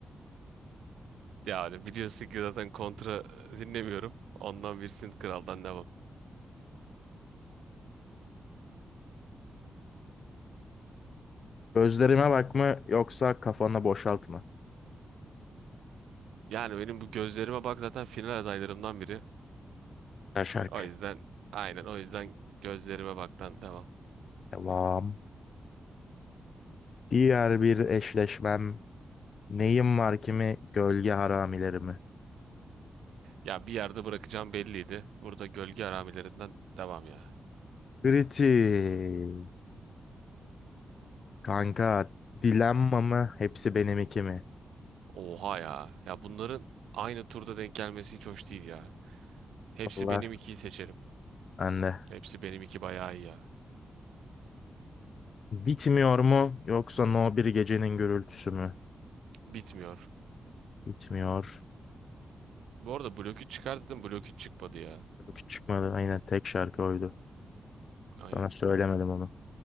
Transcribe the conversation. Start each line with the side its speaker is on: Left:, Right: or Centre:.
Right: Yani biliyorsun ki zaten kontra e, dinlemiyorum. Ondan bir Sint Kral'dan devam.
Left: Gözlerime bakma yoksa kafanı boşaltma.
Right: Yani benim bu gözlerime bak zaten final adaylarımdan biri.
Left: şarkı.
Right: O yüzden aynen o yüzden gözlerime baktan devam.
Left: Devam. Diğer bir eşleşmem. Neyim var kimi gölge haramilerimi.
Right: Ya bir yerde bırakacağım belliydi. Burada gölge aramilerinden devam ya.
Left: Kritik. Kanka dilenma mı hepsi benim iki mi?
Right: Oha ya. Ya bunların aynı turda denk gelmesi hiç hoş değil ya. Hepsi
Left: Allah.
Right: benim ikiyi seçerim.
Left: Anne.
Right: Hepsi benim iki bayağı iyi ya.
Left: Bitmiyor mu yoksa No bir gecenin gürültüsü mü?
Right: Bitmiyor.
Left: Bitmiyor.
Right: Bu arada blok 3 çıkar dedim blok 3 çıkmadı ya.
Left: Yok hiç çıkmadı. Aynen tek şarkı oydu.
Right: Aynen.
Left: Sana söylemedim onu.